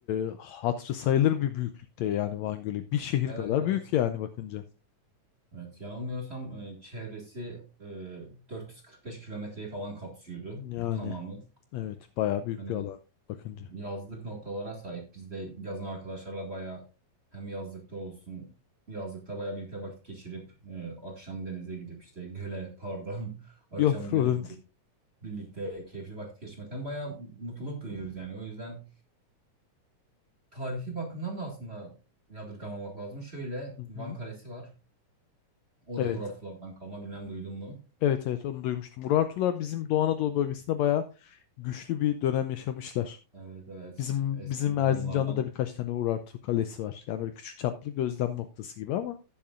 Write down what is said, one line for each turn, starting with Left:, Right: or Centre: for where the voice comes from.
Left: e, hatırı sayılır bir büyüklükte yani Van Gölü. Bir şehir
Right: evet
Left: kadar
Right: evet.
Left: büyük yani bakınca.
Right: Evet yanılmıyorsam e, çevresi e, 445 kilometreyi falan kapsıyordu
Left: Yani
Right: tamamı.
Left: evet bayağı büyük
Right: Hani
Left: bir alan bakınca.
Right: yazlık noktalara sahip. Biz de yazın arkadaşlarla bayağı hem yazlıkta olsun yazlıkta bayağı birlikte vakit geçirip e, akşam denize gidip işte göle pardon <laughs>
Left: <laughs>
Right: akşam
Left: Yok problem
Right: göle gidip
Left: değil.
Right: birlikte keyifli vakit geçirmekten bayağı mutluluk duyuyoruz yani. O yüzden tarihi bakımdan da aslında yadırgamamak lazım. Şöyle
Left: Hı hı.
Right: Van Kalesi var. O
Left: Evet.
Right: da Uğur Artular'dan kalma. Bilmem duydun mu?
Left: Evet evet onu duymuştum. Urartular bizim Doğu Anadolu bölgesinde bayağı güçlü bir dönem yaşamışlar.
Right: Evet evet.
Left: Bizim
Right: Eski
Left: bizim
Right: zamanlardan.
Left: Erzincan'da da birkaç tane Urartu kalesi var. Yani böyle küçük çaplı gözlem noktası gibi ama